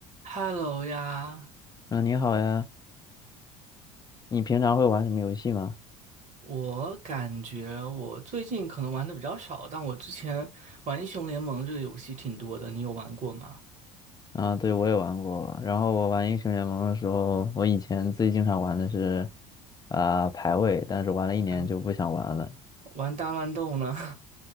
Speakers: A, on the right (about 45°); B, on the left (about 20°).
A: Hello 呀，
B: 嗯，你好呀，你平常会玩什么游戏吗？
A: 我感觉我最近可能玩的比较少，但我之前玩英雄联盟这个游戏挺多的，你有玩过吗？
B: 啊，对，我也玩过。然后我玩英雄联盟的时候，我以前最经常玩的是，啊、排位，但是玩了一年就不想玩了。
A: 还玩玩大乱斗呢？